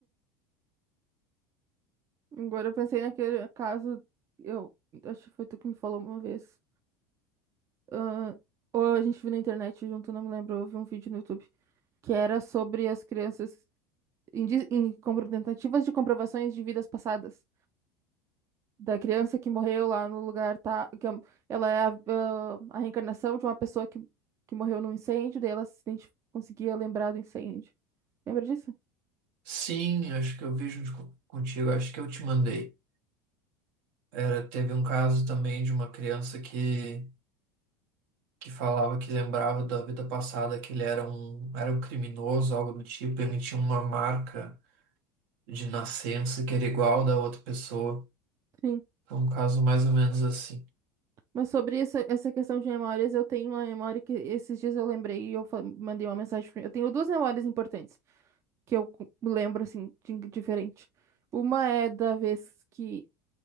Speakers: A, on the right; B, on the right.
A: agora eu pensei naquele caso, eu acho que foi tu que me falou uma vez. ah, ou a gente viu na internet junto, não me lembro, eu vi um vídeo no YouTube que era sobre as crianças em, dis- em compro- tentativas de comprovações de vidas passadas. da criança que morreu lá no lugar, tá? Que é um- ela é a, ah, a reencarnação de uma pessoa que, que morreu num incêndio, daí ela se identi- conseguia lembrar do incêndio. Lembra disso?
B: Sim, acho que eu vi junto co- contigo, acho que eu te mandei. Era, teve um caso também de uma criança que, que falava que lembrava da vida passada que ele era um, era um criminoso, algo do tipo, ele tinha uma marca de nascença que era igual da outra pessoa.
A: Sim.
B: Foi um caso mais ou menos assim.
A: Mas sobre essa, essa questão de memórias, eu tenho uma memória que esses dias eu lembrei e eu fa- mandei uma mensagem pra... Eu tenho duas memórias importantes. que eu cu- lembro assim de diferente. Uma é da vez que